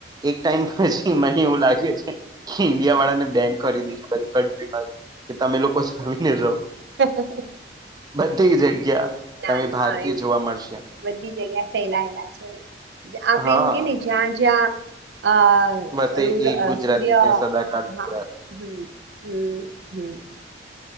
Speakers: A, on the right; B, on the right.
A: એક ટાઈમ પછી મને એવું લાગે છે કે ઈન્ડિયા વાળાને બેન કરી દે છે બધી કન્ટ્રી કે તમે લોકો <unintelligible> ને રહો
B: હ <unintelligible>
A: બધી જગ્યા
B: ના
A: તમે
B: ના
A: ભારતીય
B: એવું
A: જોવા મળશે
B: બધી જગ્યા ફેલાયેલા છે આપડે
A: હા
B: એમ કે જ્યાં જ્યાં
A: વસે
B: <unintelligible>
A: એક ગુજરાતી
B: સૂર્ય
A: ત્યાં સદાકાળ ગુજરાત
B: હા. હમ હમ હમ